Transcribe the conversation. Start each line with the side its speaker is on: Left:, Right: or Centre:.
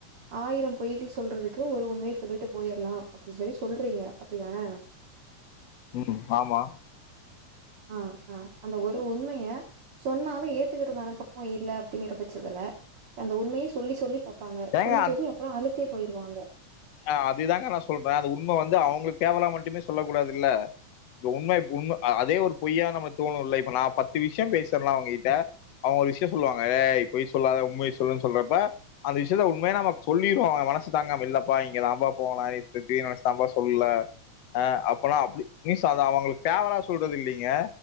Right: ஆயிரம் பொய்கள் சொல்றதுக்கு ஒரு உண்மைய சொல்லிட்டு போயிறலா அப்டின்னு சொல்லி சொல்றீங்க அப்டிதான
Left: ம் ஆமா
Right: ஆ ஆ அந்த ஒரு உண்மைய சொன்னாலும் ஏத்துக்கிற மன பக்குவோ இல்ல அப்டிங்கிற பட்சத்துல அந்த உண்மைய சொல்லி சொல்லி பாங்க
Left: ஏங்க
Right: சொல்லி சொல்லி அப்றோ அழுத்தே போயிருவாங்க
Left: நா அதுதாங்க நா சொல்ற அது உண்ம வந்து அவுங்களுக்கு தேவனா மட்டுமே சொல்லக் கூடாதுல்ல இப்ப உண்ம உண்ம அதே ஒரு பொய்யா நம்ம தோணும்ல்ல இப்போ நா பத்து விஷயோ பேசுறனா அவுங்ககிட்ட அவுங்க ஒரு விஷயோ சொல்லுவாங்க ஏ பொய் சொல்லாத உண்மைய சொல்லுன்னு சொல்றப்ப அந்த விஷயத்த உண்மையா நம்ம சொல்லிருவோ மனசு தாங்காமா இல்லப்பா இங்க தா பா போலா இப்டி இப்டி நெனச்சிதா பா சொல்லல அ அப்பனா அப்டி மிஸ் அது அவுங்களுக்கு பேவரா சொல்றது இல்லைங்க